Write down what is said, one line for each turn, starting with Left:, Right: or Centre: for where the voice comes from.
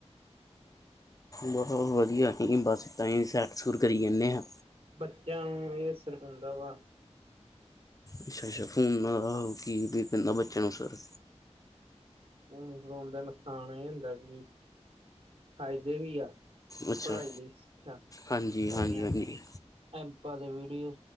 Left: ਬਹੁਤ ਵਧੀਆ ਨਹੀਂ ਬਸ ਤਾਈ ਸੈਰ ਸੁਰ ਕਰੀ ਜਾਂਦੇ ਹਾਂ।
Right: ਬੱਚਿਆਂ ਨੂੰ ਇਹ ਅਸਰ ਪੈਂਦਾ ਵਾ।
Left: ਅੱਛਾ-ਅੱਛਾ ਫੋਨਾਂ ਨਾਲ ਕੀ ਕਹਿੰਦਾ ਬੱਚਿਆਂ ਨੂੰ ਅਸਰ।
Right: ਹੁਣ ਫੋਨ ਦਾ ਨੁਕਸਾਨ ਇਹ ਹੁੰਦਾ ਕਿ ਫਾਇਦੇ ਵੀ ਆ।
Left: ਅੱਛਾ
Right: ਪੜ੍ਹਾਈ ਲਈ ਸਿੱਖਿਆ
Left: ਹਾਂਜੀ
Right: ਵਾਲੀਆਂ।
Left: ਹਾਂਜੀ ਹਾਂਜੀ
Right: ਐਪਾਂ ਦੇ ਵੀਡੀਓ